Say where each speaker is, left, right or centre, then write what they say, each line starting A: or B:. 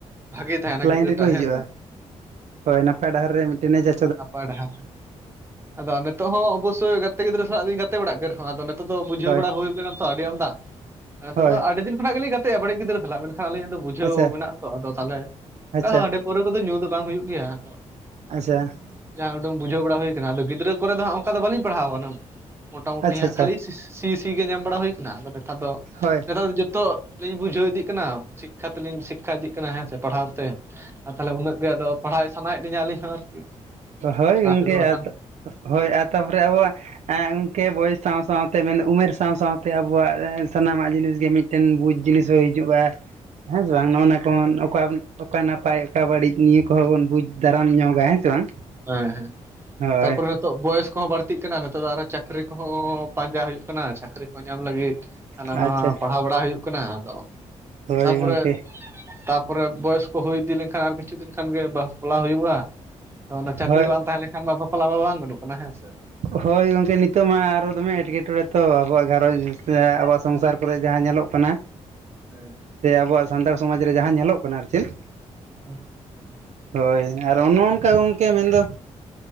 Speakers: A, on the right; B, on the right.
A: ᱵᱷᱟᱜᱮ ᱛᱟᱦᱮᱸᱱᱟ
B: ᱞᱟᱭᱤᱱ
A: ᱜᱤᱫᱽᱨᱟᱹ
B: ᱨᱮᱠᱚ
A: ᱴᱟᱜ
B: ᱦᱤᱡᱩᱜᱼᱟ
A: ᱦᱮᱸᱥᱮ?
B: ᱦᱳᱭ ᱱᱟᱯᱟᱭ ᱰᱟᱦᱟᱨ ᱨᱮ ᱢᱤᱫ ᱴᱮᱱ ᱡᱟ
A: ᱯᱟᱲᱦᱟᱣ ᱟᱫᱚ ᱱᱤᱛᱚᱜ ᱦᱚᱸ ᱚᱵᱚᱥᱥᱳᱭ ᱜᱟᱛᱮ ᱜᱤᱫᱽᱨᱟᱹ ᱥᱟᱞᱟᱜ ᱞᱤᱧ ᱜᱟᱛᱮ ᱵᱲᱟᱲᱜ ᱜᱮ ᱨᱮᱦᱚᱸ ᱟᱫᱚ ᱱᱤᱛᱜ ᱫᱚ ᱵᱩᱡᱷᱟᱹᱣ
B: ᱦᱳᱭ
A: ᱵᱟᱲᱟ ᱦᱩᱭ ᱱᱟ ᱛᱚ ᱟᱹᱰᱤ ᱟᱢᱫᱟ ᱱᱤᱛᱚᱜ
B: ᱦᱳᱭ
A: ᱫᱚ ᱟᱹᱰᱤ ᱫᱤᱱ ᱠᱷᱚᱱᱟᱜ ᱜᱮ ᱞᱤᱧ ᱜᱟᱛᱮᱜᱼᱟ ᱵᱟᱹᱲᱤᱡ ᱜᱤᱫᱽᱨᱟᱹ ᱥᱟᱞᱟᱜ ᱢᱮᱱᱠᱷᱟᱱ ᱟᱹᱞᱤᱧᱟᱜ ᱫᱚᱼᱼ ᱵᱩᱡᱷᱟᱹᱣ
B: ᱟᱪᱪᱷᱟ
A: ᱢᱮᱱᱟᱜᱼᱟ ᱛᱚ ᱟᱫᱚ ᱛᱟᱦᱞᱮ ᱚᱝᱠᱟ
B: ᱟᱪᱪᱷᱟ
A: ᱦᱟᱸᱰᱤ ᱯᱟᱹᱣᱨᱟᱹ ᱠᱚᱫᱚ ᱧᱩ ᱫᱚ ᱵᱟᱝ ᱦᱩᱭᱩᱜ ᱜᱮᱭᱟ, ᱟᱫᱚ
B: ᱟᱪᱷᱟ
A: ᱡᱟ ᱩᱰᱟᱹᱝ ᱵᱩᱡᱷᱟᱹᱣ ᱵᱟᱲᱟ ᱦᱩᱭ ᱠᱟᱱᱟ ᱟᱫᱚ ᱜᱤᱫᱽᱨᱟᱹ ᱠᱚᱨᱮ ᱫᱚ ᱦᱟᱸᱜ ᱚᱝᱠᱟ ᱫᱚ ᱵᱟᱹᱞᱤᱧ ᱯᱟᱲᱦᱟᱣ ᱠᱟᱱᱟ, ᱢᱚᱴᱟᱢᱩᱴᱤ
B: ᱟᱪᱪᱷᱟ
A: ᱦᱟᱸᱜ
B: ᱟᱪᱪᱷᱟ
A: ᱠᱷᱟᱹᱞᱤ ᱥᱤᱠᱥ ᱥᱤ ᱥᱤ ᱜᱮ ᱧᱟᱢ ᱵᱟᱲᱟ ᱦᱩᱭ ᱠᱟᱱᱟ ᱟᱫᱚ ᱱᱮᱛᱟᱨ ᱫᱚ
B: ᱦᱳᱭ
A: ᱱᱮᱛᱟᱨ ᱫᱚ ᱡᱚᱛᱚᱼᱼ ᱞᱤᱧ ᱵᱩᱡᱷᱟᱹᱣ ᱤᱫᱤᱜ ᱠᱟᱱᱟ ᱥᱤᱠᱠᱷᱟ ᱛᱮᱞᱤᱧ ᱥᱤᱠᱠᱷᱟ ᱤᱫᱤᱜ ᱠᱟᱱᱟ ᱦᱮᱸᱥᱮ ᱯᱟᱲᱦᱟᱣ ᱛᱮ ᱛᱟᱦᱞᱮ ᱩᱱᱟᱹᱜ ᱜᱮ ᱟᱫᱚᱼᱼ ᱯᱟᱲᱦᱟᱭ ᱥᱟᱱᱟᱭᱮᱫ ᱞᱤᱧᱟᱹ ᱟᱹᱞᱤᱧ ᱦᱚᱸ ᱟᱨᱠᱤ᱾
B: ᱦᱳᱭ
A: ᱞᱟᱦᱟ
B: ᱜᱚᱝᱠᱮ
A: ᱛᱮᱫᱚ ᱵᱟᱝᱠᱷᱟᱱ
B: ᱦᱳᱭ ᱟᱨ ᱛᱟᱯᱚᱨᱮ ᱟᱵᱚᱣᱟᱜᱼᱼ ᱮᱸ ᱜᱚᱢᱠᱮ ᱵᱳᱭᱮ ᱥᱟᱶ ᱥᱟᱶᱛᱮ ᱢᱮᱱ ᱫᱚ ᱩᱢᱮᱨ ᱥᱟᱶ ᱥᱟᱶᱛᱮ ᱟᱵᱚᱣᱟᱜ ᱥᱟᱱᱟᱢᱟᱜ ᱡᱤᱱᱤᱥᱼᱼ ᱜᱮ ᱢᱤᱫᱴᱮᱱ ᱵᱩᱡᱽ ᱡᱤᱱᱤᱥ ᱦᱚᱸ ᱦᱤᱡᱩᱜᱼᱟ ᱦᱮᱸ ᱥᱮ ᱵᱟᱝ ᱱᱚᱜᱼᱚᱱᱟ ᱠᱚᱦᱚᱸ ᱱᱚᱝᱠᱟᱼᱼ ᱚᱠᱟ ᱱᱟᱯᱟᱭ ᱚᱠᱟ ᱵᱟᱹᱲᱤᱡ ᱱᱤᱭᱟᱹ ᱠᱚᱦᱚᱸ ᱵᱚᱱ ᱵᱩᱡᱽ ᱫᱟᱨᱟᱢ ᱧᱚᱜᱟ ᱦᱮᱸ ᱥᱮ ᱵᱟᱝ?
A: ᱦᱮᱸ ᱦᱮᱸ
B: ᱦᱳᱭ
A: ᱛᱟᱨᱯᱚᱨᱮᱼᱼ ᱱᱤᱛᱚᱜ ᱵᱚᱭᱚᱥ ᱠᱚᱦᱚᱸ ᱵᱟᱹᱲᱛᱤᱜ ᱠᱟᱱᱟ ᱱᱤᱛᱚᱜ ᱫᱚ ᱟᱨᱚ ᱪᱟᱹᱠᱨᱤ ᱠᱚᱦᱚᱸ ᱯᱟᱸᱡᱟ ᱦᱩᱭᱩᱜ ᱠᱟᱱᱟ ᱪᱟᱹᱠᱨᱤ ᱠᱚ ᱧᱟᱢ ᱞᱟᱹᱜᱤᱫ ᱾ ᱦᱟᱱᱟ
B: ᱟᱪᱪᱷᱟ
A: ᱱᱟᱣᱟ ᱯᱟᱲᱦᱟᱣ ᱵᱟᱲᱟ ᱦᱩᱭᱩᱜ ᱠᱟᱱᱟ ᱟᱫᱚ
B: ᱦᱳᱭ
A: ᱛᱟᱯᱚᱨᱮᱼᱼ
B: ᱜᱚᱝᱠᱮ
A: ᱛᱟᱨᱯᱚᱨᱮ ᱵᱚᱭᱮᱥ ᱠᱚ ᱠᱚ ᱦᱩᱭ ᱤᱫᱤ ᱞᱮᱱ ᱠᱷᱟᱱ ᱟᱨ ᱠᱤᱪᱷᱩ ᱫᱤᱱ ᱠᱷᱟᱱ ᱜᱮ ᱵᱟᱯᱞᱟ ᱦᱩᱭᱩᱜᱼᱟ ᱾ ᱛᱚ ᱚᱱᱟ ᱪᱟᱹᱠᱨᱤ
B: ᱦᱳᱭ
A: ᱵᱟᱝ ᱛᱟᱦᱮᱸ ᱞᱮᱱ ᱠᱷᱟᱱ ᱢᱟ ᱵᱟᱯᱞᱟ ᱢᱟ ᱵᱟᱝ ᱜᱟᱱᱚᱜ ᱠᱟᱱᱟ ᱦᱮᱸ ᱥᱮ ᱾
B: ᱦᱳᱭ ᱜᱚᱝᱠᱮ ᱱᱤᱛᱚᱜ ᱢᱟ ᱟᱨᱚ ᱫᱚᱢᱮ ᱮᱴᱠᱮ ᱴᱚᱬᱮᱸ ᱛᱚ ᱟᱵᱚᱣᱟᱜ ᱜᱷᱟᱨᱚᱸᱡᱽ ᱥᱮ ᱟᱵᱚᱣᱟᱜ ᱥᱚᱝᱥᱟᱨ ᱠᱚᱨᱮ ᱡᱟᱦᱟᱸ ᱧᱮᱞᱚᱜ ᱠᱟᱱᱟ ᱾
A: ᱦᱩᱸ <inaudible>
B: ᱥᱮ ᱟᱵᱚᱣᱟᱜ ᱥᱟᱱᱛᱟᱲ ᱥᱚᱢᱟᱡᱽ ᱨᱮ ᱡᱟᱦᱟᱸ ᱧᱮᱞᱚᱜ ᱠᱟᱱᱟ ᱟᱨ ᱪᱮᱫᱼᱼ
A: ᱦᱩᱸ <inaudible>
B: ᱦᱳᱭ ᱟᱨ ᱚᱱᱮ ᱚᱱᱠᱟ ᱜᱚᱢᱠᱮ ᱢᱮᱱᱫᱚ